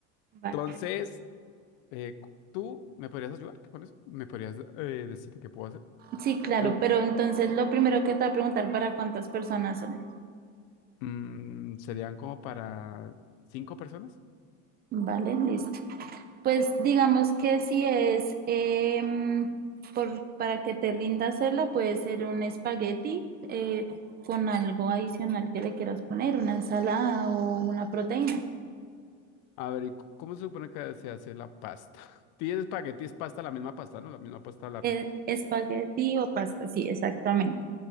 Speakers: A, on the right; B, on the left.
A: Vale.
B: Entonces, eh, ¿tú me podrías ayudar con eso? ¿Me podrías eh, decir qué puedo hacer?
A: Sí, claro,
B: Me-
A: pero entonces lo primero que te voy a preguntar para cuántas personas son.
B: mm, serían como para cinco personas.
A: Vale, listo. Pues digamos que si es em, por, para que te rinda hacerla, puede ser un espagueti eh, con algo adicional que le quieras poner, una ensalada o una proteína.
B: A ver, ¿y cu- cómo se supone que se hace la pasta? <laughs> Tienes espagueti, es pasta, la misma pasta, ¿no? La misma pasta larga.
A: Eh, espagueti o pasta, sí, exactamente.